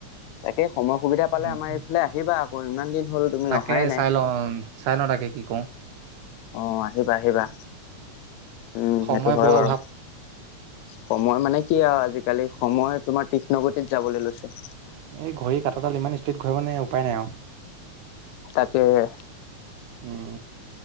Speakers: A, on the left; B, on the right.
A: তাকে সময় সুবিধা
B: উম,
A: পালে আমাৰ
B: উম।
A: এইফালে আহিবা আক ইমান দিন হ'ল। তুমি
B: তাকে
A: অহাই নাই
B: চাইলও চাইলও তাকে কি কৰো।
A: অঁ আহিবা আহিবা। উম
B: সময়
A: সেইটো হয়
B: বৰ
A: বাৰু।
B: অভাৱ
A: সময় মানে কি আৰু আজিকালি সময় তোমাৰ তীক্ষ্ণ গতিত যাবলে লৈছে।
B: এই ঘড়ীৰ কাটাডাল ইমান স্পীড ঘূৰে মানে উপায় নাই আৰু।
A: তাকেহে।
B: উম